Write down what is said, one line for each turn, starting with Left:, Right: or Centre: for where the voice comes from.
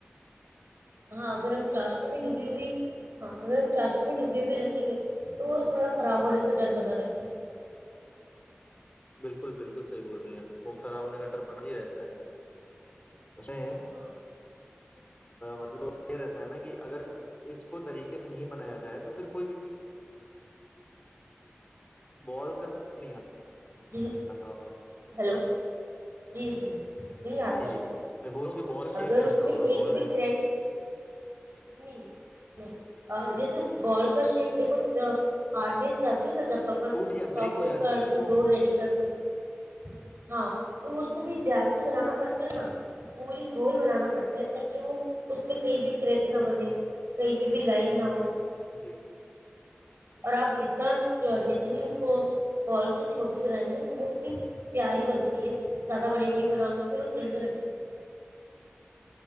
Right: ہاں اگر ہم چار میں ڈوبی ہوئی ہاں اگر ہم چاشتی میں ڈوبی ہوئی رکھیں گے تو وہ تھوڑا خراب ہونے کا ڈر بنا رہتا ہے اس
Left: بالکل بالکل صحیح بول رہی ہیں وہ کرا ہونے کا ان ڈر بنا ہی رہتا ہے
Right: جی
Left: اس میں
Right: ہاں
Left: مطلب وہ یہ رہتا ہے نا کہ اگر اس کو طریقے سے نہیں بنایا جائے تو پھر کوئی بھی بال کا نہیں
Right: جی
Left: آتا ہوگا
Right: ہلو جی جی نہیں آتا
Left: جی جی
Right: نا
Left: میں بولوں کہ بال شیپ
Right: اگر
Left: نہیں
Right: اس
Left: آتا
Right: میں
Left: ہوگا
Right: ایک
Left: بال
Right: بھی
Left: رہتی
Right: کریکس نہیں نہیں جیسے بال کا شیپ دیکھو ہارڈنیس چ نا جب اپ
Left: ٹوٹ یا
Right: سافٹ
Left: بریک ہو جاتی
Right: کا
Left: ہوگی
Right: جو
Left: نا وہ
Right: ڈور ریڈی کرتے ہیں ہاں تو وہ اس کو بھی دھیان سے بنانا پڑتا ہے نا پوری گول بنانا پڑتا ہے تاکہ وہ اس میں کہیں بھی کریک نہ بنے کہیں پہ بھی لائن نہ ہو
Left: جی
Right: اور آپ جتنا تو جتنی
Left: سمجھ
Right: کو بال سے چھوٹی بنائی گے تو بہت ہی پیاری بنتی ہے زیادہ بڑی بڑی بناؤ تو پھر وہ تلنے لگتی ہے